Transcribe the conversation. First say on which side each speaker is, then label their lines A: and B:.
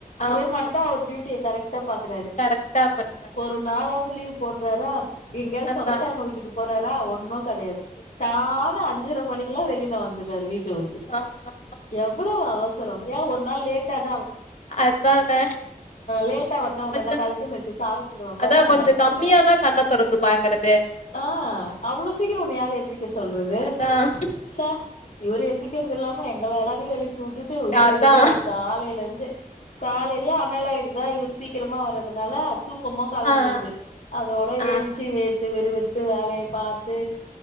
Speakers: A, on the left (about 70°); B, on the left (about 55°).
A: இவர்
B: ஆமா
A: மட்டும் அவர் டியூட்டிய கரெக்ட் டா பாக்குறாரு
B: கரெக்டா பண்றாரு
A: ஒரு நாலாவது லீவ் போற்றாரா எங்யாவது
B: அதான்
A: சொந்தக்காரங்க வீட்டுக்கு போற றாறா ஒன்னு கெடையாது டானு அஞ்சரை மணிக்குல்லா வெளில வந்துற்றாரு வீட் டவுட்டு
B: ஆமா
A: எவ்வளவு அவச <unintelligible> ஒரு நாள் லேட்டா <unintelligible>
B: அதானே
A: லேட்டா வந்தா ஒன்னென்ன
B: கொஞ்சம்
A: கழுத்த நெறிச்சு சாவடிச்சிரு
B: அதான்
A: தாங்க
B: கொஞ்சம் கம்மியாதான் கண்ணை திறந்து பாக்குறது
A: ஆ அவ்ளோ சீக்கிர உன்னைய யாரு எந்திக்க சொல்றது
B: அதான்
A: ச்ச இவர் எந்திக்கிறது இல்லாம எங்கள எல்லாரையும் எழுப் ப்பி உட்டுட்டு உயிர்
B: அதான்
A: எடுக்கிறாரு காலையில இருந்து காலையிலையே அனலாயிடுதா இவ்ரு சீக்கிரமா வர்றதுனால தூக்கமு கலைஞ்சிருது
B: ஆஹ்
A: அதோட
B: ஆஹ்
A: ஏஞ்சி வே த்து விரவித்து வேலையை பாத்து